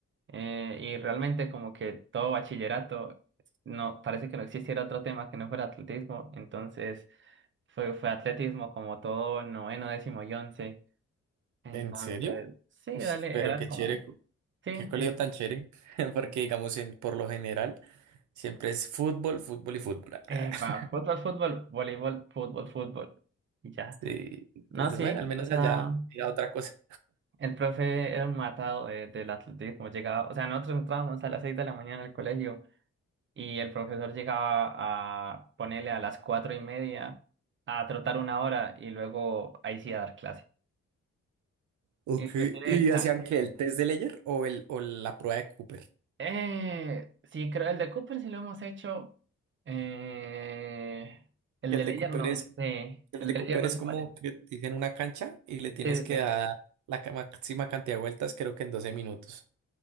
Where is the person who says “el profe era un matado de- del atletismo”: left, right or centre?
Right